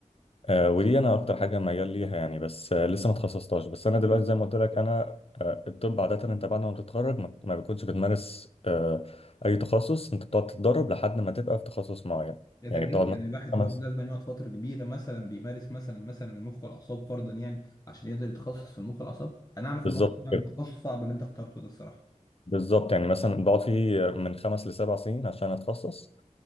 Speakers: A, on the left (about 45°); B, on the left (about 25°).
A: آه، ودي انا اكتر حاجه ميال ليها يعني بس آه، لسه ما اتخصصتهاش بس انا دلوقتي زي ما قلت لك انا آه، الطب عاده انت بعد ما بتتخرج ما ما بتكونش بتمارس آه، اي تخصص انت بتقعد تتدرب لحد ما تبقى في تخصص معين
B: يا ده
A: يعني
B: بجد
A: بتقعد
B: يعني
A: مثلا
B: الواحد
A: خمس
B: بيقعد لازم يقعد فترة كبيرة مثلا بيمارس مثلا مثلا المخ والأعصاب فرضا يعني عشان يقدر يتخصص في المخ والأعصاب أنا أعرف
A: بالظبط
B: إن هو طبعا تخصص صعب اللي أنت اخترته ده الصراحة
A: بالظبط يعني مثلا بقعد فيه من خمس لسبع سنين عشان اتخصص